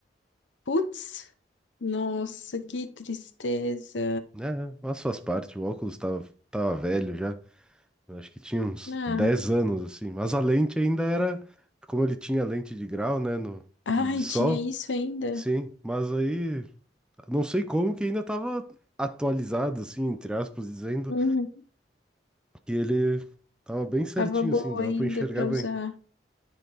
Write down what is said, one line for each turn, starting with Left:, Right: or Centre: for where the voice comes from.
Left: putz. Nossa, que tristeza.
Centre: É, mas faz parte, o óculos tava, tava velho já. Eu acho que tinha uns
Left: Ah,
Centre: 10 anos, assim. Mas a lente ainda era, como ele tinha lente de grau, né, no,
Left: ai,
Centre: no de sol,
Left: tinha isso ainda?
Centre: sim. Mas aí, não sei como que ainda tava atualizado, assim, entre aspas, dizendo.
Left: Uhum.
Centre: que ele tava bem certinho,
Left: Tava boa
Centre: assim, dava
Left: ainda
Centre: pra enxergar
Left: pra
Centre: bem.
Left: usar.